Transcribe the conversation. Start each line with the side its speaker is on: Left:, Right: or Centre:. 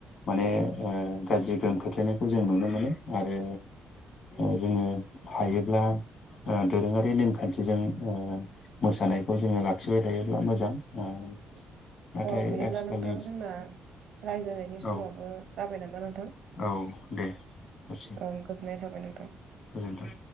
Left: माने ओ गाज्रि गोहोम खोख्लैनायखौ जों नुनो मोनो आरो ओ जोङो हायोब्ला दोरोङारि नेमखान्थिजों मोसानायखौ जोङो ला खिबाय थायोब्ला मोजां ओ। नाथाय
Right: ओ औ बिदिब्ला
Left: आथिखालनि
Right: नोंथां जोंना रायज्लायनायनि समावबो
Left: औ
Right: जाबाय नामा नोंथां
Left: औ दे जासिगोन
Right: ओं। गोजोननाय थाबाय नोंथां।
Left: गोजोन्थों